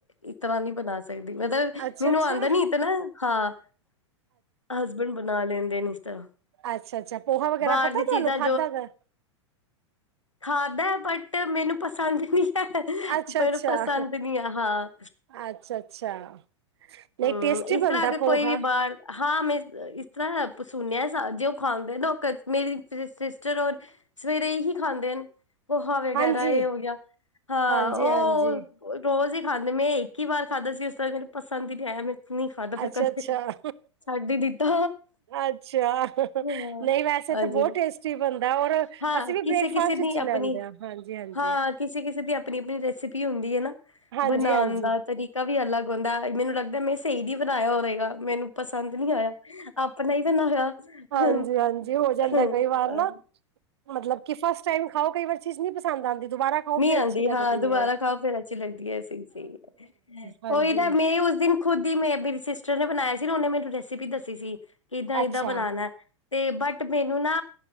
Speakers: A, on the left; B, on the right.
A: ਇਸ ਤਰ੍ਹਾਂ ਨਹੀਂ ਬਣਾ ਸਕਦੀ ਮਤਲਬ
B: ਅੱਛਾ
A: ਮੈਨੂੰ
B: ਅੱਛਾ
A: ਆਂਦਾ ਨੀ ਇਤਨਾ ਹਾਂ, ਹਸਬੈਂਡ ਬਣਾ ਲੈਂਦੇ ਨੇ ਇਸ ਤਰ੍ਹਾਂ।
B: ਅੱਛਾ-ਅੱਛਾ, ਪੋਹਾ ਵਗੈਰਾ
A: ਬਾਹਰ
B: ਪਤਾ
A: ਦੀ ਚੀਜ਼ਾਂ
B: ਤੁਹਾਨੂੰ ਖਾਧਾ ਗਾ?
A: ਖਾਂਦਾ ਬਟ ਮੈਨੂੰ ਪਸੰਦ ਨਈ ਹੈ
B: ਅੱਛਾ
A: ਪਰ
B: ਅੱਛਾ
A: ਪਸੰਦ ਨੀ ਆਂ, ਹਾਂ
B: ਅੱਛਾ ਅੱਛਾ ਨਹੀਂ
A: ਹੂੰ,
B: ਟੇਸਟੀ
A: ਇਸ
B: ਬਣਦਾ
A: ਤਰ੍ਹਾਂ ਅਗਰ
B: ਪੋਹਾ
A: ਕੋਈ ਵੀ ਬਾਹਰ ਹਾਂ, ਮੈਂ ਅ ਸੁਣਿਆ ਸਾ, ਜੇ ਉਹ ਖਾਂਦੇ ਨੋ ਮੇਰੀ ਸ ਸਿਸਟਰ ਔਰ ਸਵੇਰੇ ਏਹੀ ਖਾਂਦੇ ਨ। ਪੋਹਾ ਵਗੈਰਾ
B: ਹਾਂਜੀ
A: ਇਹ ਹੋ ਗਿਆ, ਹਾਂ
B: ਹਾਂਜੀ
A: ਉਹ
B: ਹਾਂਜੀ
A: ਰੋਜ਼ ਹੀ ਖਾਂਦੇ ਮੈਂ ਇੱਕ ਹੀ ਵਾਰ ਖਾਂਦਾ ਸੀ ਉਸ ਕਰਕੇ ਮੈਨੂੰ ਪਸੰਦ ਹੀ ਨਹੀਂ ਆਇਆ ਮੈਂ ਨਹੀਂ ਖਾਧਾ ਫਿਰ
B: ਅੱਛਾ,
A: ਕਦੇ
B: ਅੱਛਾ,
A: ਛੱਡ ਹੀ ਦਿੱਤਾ।
B: ਅੱਛਾ
A: ਹਾਂ,
B: ਨਈ ਵੈਸੇ
A: ਹਾਂਜੀ
B: ਤ ਤਾਂ ਬਹੁਤ ਟੇਸਟੀ ਬਣਦਾ ਔਰ
A: ਹਾਂ
B: ਅਸੀਂ ਵੀ
A: ਕਿਸੇ
B: ਬ੍ਰੇਕਫਾਸਟ
A: ਕਿਸੇ
B: ਵਿੱਚ
A: ਦੀ
B: ਹੀ ਲੈਂਦੇ
A: ਆਪਣੀ
B: ਆ ਹਾਂਜੀ, ਹਾਂਜੀ
A: ਹਾਂ ਕਿਸੀ-ਕਿਸੀ ਦੀ ਆਪਣੀ-ਆਪਣੀ ਰੈਸਿਪੀ ਹੁੰਦੀ ਆ ਨਾ
B: ਹਾਂਜੀ
A: ਬਣਾਨ
B: ਹਾਂਜੀ
A: ਦਾ ਤਰੀਕਾ ਵੀ ਅਲੱਗ ਹੁੰਦਾ ਮੈਨੂੰ ਲੱਗਦਾ ਮੈਂ ਸਹੀ ਨੀ ਬਣਾਇਆ ਹੋਵੇਗਾ ਮੈਨੂੰ ਪਸੰਦ ਨੀ ਆਇਆ ਆਪਣਾ ਹੀ ਬਣਾਇਆ,
B: ਹਾਂਜੀ
A: ਹ
B: ਹਾਂਜੀ ਹੋ ਜਾਂਦਾ
A: ਹੂੰ,
B: ਕਈ ਵਾਰ
A: ਅਹ
B: ਨਾ ਮਤਲਬ ਕਿ ਫਸਟ ਟੈਮ ਖਾਓ ਕਈ ਵਾਰ ਚੀਜ਼ ਨੀ ਪਸੰਦ ਆਂਦੀ ਦੁਬਾਰਾ ਖਾਓ
A: ਨਹੀਂ
B: ਫੇਰ
A: ਆਉਂਦੀ
B: ਅੱਛੀ ਲੱਗਦੀ
A: ਹਾਂ ਦੁਬਾਰਾ
B: ਏ।
A: ਖਾਓ ਫੇਰ ਅੱਛੀ ਲੱਗਦੀ ਹੈ ਸਹੀ ਸਹੀ ਹੈ,
B: ਹਾਂਜੀ
A: ਉਹੀਦਾ ਮੈਂ ਉਸ ਦਿਨ ਖੁਦ ਹੀ ਮ ਮੇਰੀ ਸਿਸਟਰ ਨੇ ਬਣਾਇਆ ਸੀ ਨਾ, ਉਹਨੇ ਮੈਨੂੰ ਰੈਸਿਪੀ ਦੱਸੀ ਸੀ ਕਿ ਇਦਾਂ ਇਦਾਂ
B: ਅੱਛਾ,
A: ਬਣਾਉਣਾ ਤੇ ਬਟ ਮੈਨੂੰ ਨਾ,